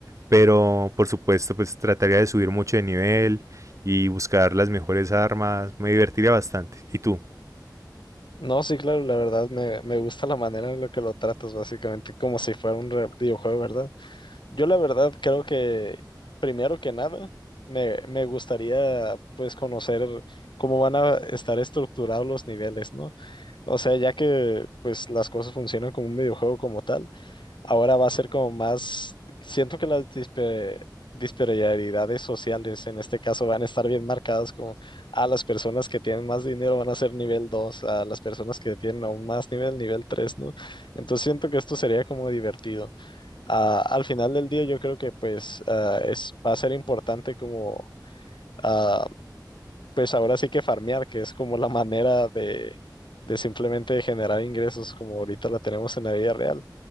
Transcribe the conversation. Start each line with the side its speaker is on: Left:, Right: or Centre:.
Right: Pero por supuesto, pues trataría de subir mucho de nivel y buscar las mejores armas. Me divertiría bastante. ¿Y tú?
Left: No, sí, claro, la verdad me, me gusta la manera en la que lo tratas, básicamente, como si fuera un re- videojuego, ¿verdad? Yo la verdad creo que primero que nada me, me gustaría pues conocer cómo van a estar estructurados los niveles, ¿no? O sea, ya que pues las cosas funcionan como un videojuego como tal, ahora va a ser como más, siento que las dispe- disparidades sociales en este caso van a estar bien marcadas como a las personas que tienen más dinero van a ser nivel 2, a las personas que tienen aún más nivel, nivel 3, ¿no? Entonces siento que esto sería como divertido ah, al final del día yo creo que pues ah, es, va a ser importante como ah, pues ahora sí que farmear, que es como la manera de, de simplemente generar ingresos como ahorita la tenemos en la vida real.